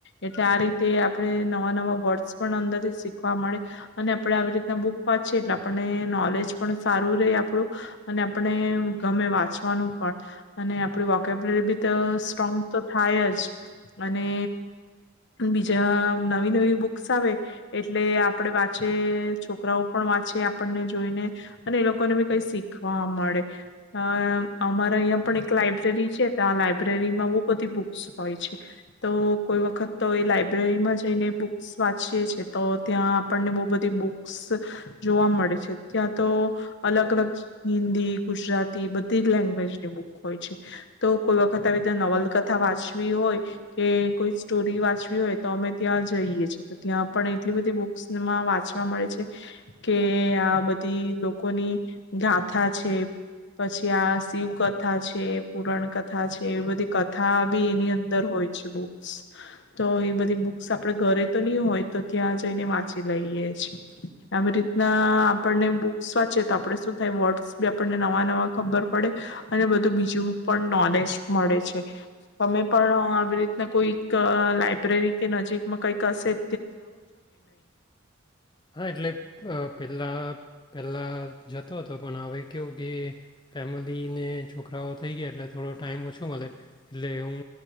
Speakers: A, on the left (about 60°); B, on the left (about 20°).
A: એટલે આ રીતે આપડે નવા-નવા વોર્ડ્સ પણ અંદરથી મળ અને આપડે આવી રીતના બુક વાંચી એટલે આપને નોલેજ પણ સારું ર આપણું. અને આપણે ગમે વાંચવાનું પણ અને આપડી વોકેબલરી બી સ્ટ્રોંગ તો થાયજ. અને બીજા. નવી નવી બુક્સ આવે. એટલે આપડે વાચીએ, છોકરાઓ પણ વાંચે આપણને જોઈને અને એલોકોને બી કઈ શીખવા મળે. અહ અમારા અહીંયા પણ એક લઇબ્રેરી છે ત્યાં લઇબ્રેરીમાં બો બધી બુક્સ હોય છે, તો કોઈ વખત તો એ લાયબ્રેરીમાં જઈને સ્વાચીએ છે. તો ત્યાં આપણને બો બધી બુક્સ જોવા મળે છે. ત્યાં તો અલગ-અલગ હિન્દી, ગુજરાતી, બધીજ લેંગ્વેજની બુક હોય છે, તો કોઈ વખત આવી ત્યાં નોવલ કથા વાંચવી હોય, કે કોઈ સ્ટોરી વાંચવી હોય, તો અમે ત્યાંજ જઈએ છે તો ત્યાં. પણ એટલી બધી બુક્સમાં વાંચવા મળે છે, કે આ બધી લોકોની ગાથા છે, પછી આ શિવ કથા છે, પુરણ કથા છે, એ બધી કથા બી એની અંદર હોય છે બુક્સ, તો એ બધી બુક્સ આપડે ઘરેતો ની હોય. તો ત્યાં જઈને વાંચી લઈએ છે. આવી રીતના આપણને બુક્સ વાંચીએ, તો આપણે શું થાય વર્ડ્સ બી આપણને નવા-નવા ખબર પડે અને બધું બીજું પણ નોલેજ મળે છે. તમે પણ આવી રીતના કોઈક લાઈબ્રેરી કે નજીક એમાં કંઈક હશેજ.
B: હા, એટલે પેહલા પહેલાં જતો હતો, પણ હવે કેવું કે ફેમિલીને છોકરાઓ થઈ ગયા, એટલે થોડો ટાઈમ ઓછો મળે, એટલે હું